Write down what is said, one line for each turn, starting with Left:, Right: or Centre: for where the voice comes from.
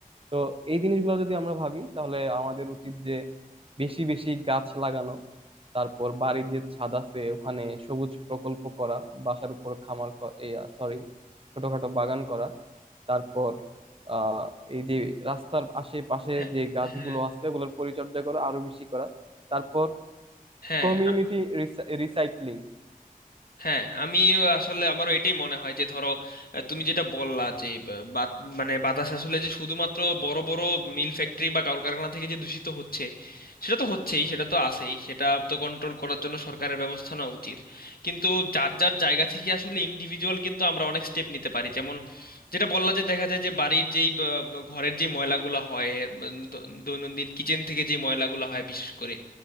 Right: তো এই জিনিসগুলো যদি আমরা ভাবি তাহলে আমাদের উচিত যে বেশি বেশি গাছ লাগানো তারপর বাড়ির যে ছাদ আছে ওখানে সবুজ প্রকল্প করা বাসার উপর খামার সরি ছোটখাটো বাগান করা তারপর আহ এই যে রাস্তার আশেপাশে
Left: হ্যাঁ
Right: যে গাছগুলো
Left: হ্যাঁ
Right: আছে ওগুলোর পরিচর্যা করা আরো বেশি করা তারপর
Left: হ্যাঁ
Right: কমিউনিটি রিসাইক্লিং
Left: হ্যাঁ আমি আসলে আমারও এটাই মনে হয় যে ধরো আহ, তুমি যেটা বললা যে বা- বা- মানে বাতাস আসলে যে শুধুমাত্র বড় বড় মিল ফ্যাক্টরি বা কলকারখানা থেকে যে দূষিত হচ্ছে সেটা তো হচ্ছেই সেটা তো আছেই সেটা তো কন্ট্রোল করার জন্য সরকারের ব্যবস্থা নেওয়া উচিত কিন্তু যার যার জায়গা থেকে আসলে ইন্ডিভিজুয়াল কিন্তু আমরা অনেক স্টেপ নিতে পারি যেমন যেটা বললা যে দেখা যায় যে বাড়ির যেই বা, বা, ঘরের যে ময়লাগুলো হয় উম, দ- দৈনন্দিন কিচেন থেকে যে ময়লাগুলো হয় বিশেষ করে